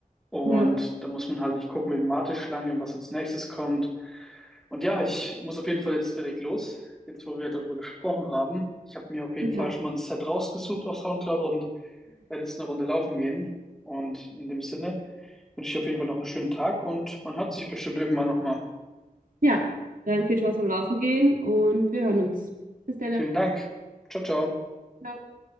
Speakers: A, in the centre; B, on the right.
A: und
B: ja.
A: da muss man halt nicht gucken wegen Warteschlange, was als nächstes kommt. Und ja, ich muss auf jeden Fall jetzt direkt los, jetzt wo wir darüber gesprochen haben. Ich habe mir auf jeden
B: ja.
A: Fall schon mal ein Set rausgesucht auf SoundCloud und werde jetzt eine Runde laufen gehen. Und in dem Sinne wünsche ich auf jeden Fall noch einen schönen Tag und man hört sich bestimmt irgendwann nochmal.
B: Ja, dann viel Spaß beim Laufen gehen und wir hören uns. Bis dann.
A: Vielen Dank. Ciao, ciao.
B: Ciao.